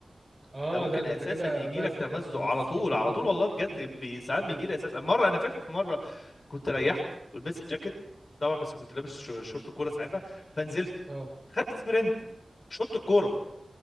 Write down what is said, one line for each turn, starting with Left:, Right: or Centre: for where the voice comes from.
Right: اه
Left: ده ممكن
Right: ده ده
Left: اساسا
Right: انت كده
Left: يجي
Right: مزق
Left: لك تمزق
Right: كده خلاص
Left: على طول
Right: <laughs>
Left: على طول والله بجد
Right: ده
Left: بي... ساعات بيجي
Right: أنت-
Left: لي اساسا مره انا فاكر في مره كنت ريحت ولبست الجاكيت طبعا بس كنت لابس شو- شورت كوره ساعتها فنزلت
Right: اه
Left: خدت سبرنت شط الكوره